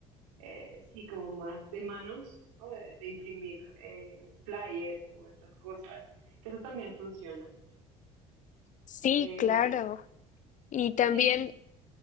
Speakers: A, on the right; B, on the left.
A: eh, sí, como más de manos, o de, de imprimir eh, flyers o estas cosas, que eso también funciona.
B: Sí,
A: Eh,
B: claro. Y también
A: sí, sí,